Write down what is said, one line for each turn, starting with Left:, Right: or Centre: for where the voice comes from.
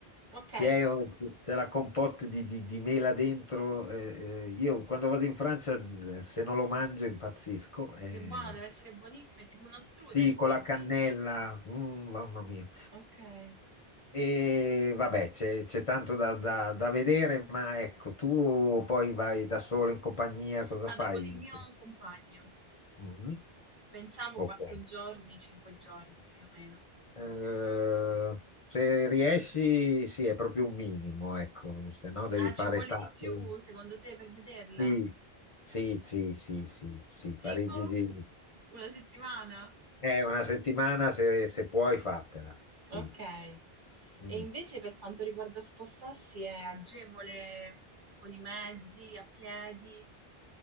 Right: Okay,
Left: che è, c'è la compote di, di- di mela dentro. eh, eh, io quando vado in Francia, eh, se non lo mangio, impazzisco. eh.
Right: che buono, deve essere buonissimo, è tipo uno strudel
Left: sì,
Right: quindi.
Left: con la cannella, mm, mamma mia.
Right: Okay.
Left: E vabbè, c'è c'è tanto da, da- da vedere, ma ecco, tu poi vai da solo in compagnia, cosa
Right: Vado
Left: fai?
Right: con il mio compagno.
Left: Mm,
Right: Pensavo
Left: Ok.
Right: 4 giorni, 5 giorni più o meno.
Left: Eh, se riesci, sì, è proprio un minimo, ecco, se no devi
Right: Ah,
Left: fare
Right: ci vuole
Left: tappe.
Right: di più secondo te per vederla?
Left: Sì, sì, sì, sì, sì, sì,
Right: Tipo?
Left: Parigi di...
Right: Una settimana?
Left: Eh, una settimana se, se puoi fatela. Sì.
Right: Okay.
Left: Mm.
Right: E invece per quanto riguarda spostarsi è agevole con i mezzi, a piedi?